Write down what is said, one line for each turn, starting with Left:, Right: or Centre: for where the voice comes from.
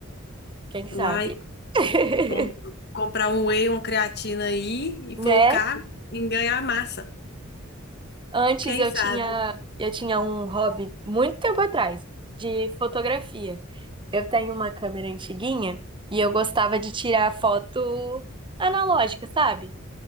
Right: Quem sabe?
Left: uai,
Right: <laughs>
Left: com- comprar um whey, uma creatina aí e
Right: Né?
Left: focar em ganhar massa.
Right: Antes
Left: Quem
Right: eu
Left: sabe?
Right: tinha, eu tinha um hobby muito tempo atrás, de fotografia. Eu tenho uma câmera antiguinha e eu gostava de tirar foto analógica, sabe?